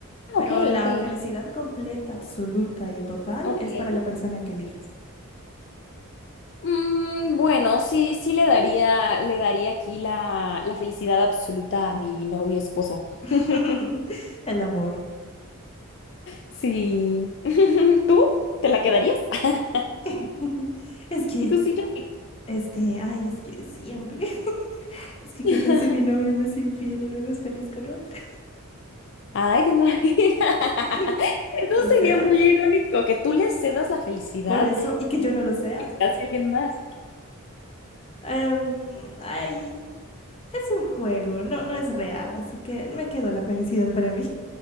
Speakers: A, on the left (about 25°); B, on the left (about 55°).
A: pero
B: Ah, Ok,
A: la
B: ok,
A: felicidad completa, absoluta y total
B: ok.
A: es para la persona que elijas.
B: Mm, bueno, sí, sí le daría, le daría aquí la, la felicidad absoluta a mi novio esposo.
A: <laughs>
B: <laughs>
A: El amor.
B: Sí. <laughs> ¿Tú? ¿Te la quedarías? <laughs>
A: <laughs> Es que,
B: ¿Y tú sí, yo? sí?
A: este, ay, es que siempre. <laughs> Es que qué
B: <laughs>
A: tal si mi novio me es infiel y luego es feliz con otro.
B: Ay, ¿te imaginas? <laughs>
A: <laughs>
B: Eso
A: O
B: sería
A: sea,
B: muy irónico, que tú le cedas la felicidad
A: por eso, y que yo no lo sea.
B: y se la des a alguien más.
A: Em, ay, es un juego, no, no es real, así que me quedo la felicidad para mí.